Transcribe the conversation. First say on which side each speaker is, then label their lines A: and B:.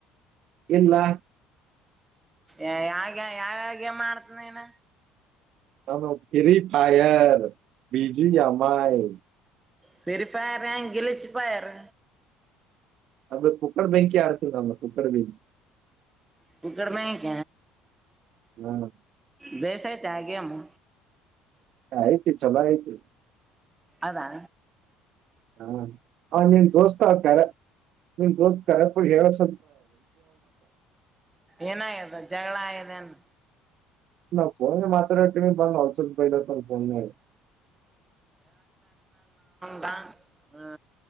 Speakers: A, on the right; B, on the right.
A: ಇಲ್ಲಾ
B: ಏ ಯಾಗ ಯಾವಾವ್ ಗೇಮ್ ಆಡ್ತೀಯಾ ನೀನ್
A: ನ ಬಿಳಿಟಯರ್ ಬೀಜಿ ಅಮಲ್
B: ಸರಿ ಪರಂಗಿಲಿಚ್ಚಿ ಪಾಯಾರ್
A: ಅದು ಕುಕ್ಕರ್ ಬೆಂಕಿ ಆಡ್ತದ ಅದು ಕುಕ್ಕರ್ ಬೆಂಕಿ
B: ಕುಕಡಮೆಕ
A: ಹ್ಮ
B: ಬೇಸತ್ತ ಗೇಮು
A: ಆಯ್ತು ಚೆನ್ನಾಗಿ ಆಯ್ತೀ
B: ಅದಾ
A: ಹ ಆವನ್ ನಿನ್ ದೋಸ್ತ ಕರೆ ನಿನ್ ದೋಸ್ತ್ ಕರೆ ಹೇಳಸ್
B: ಏನಾಗದ್ ಜಗಳ ಆಗದೇನು
A: ಇಲ್ಲ ಪೋನು ಮಾತ್ ಬರುತ್ತೀನಿ ಅಂದ ಒಂಚ್ಚೂರ್ ಬೈದು ಪೋನ್ನಾಗ
B: ಬಾ ಆ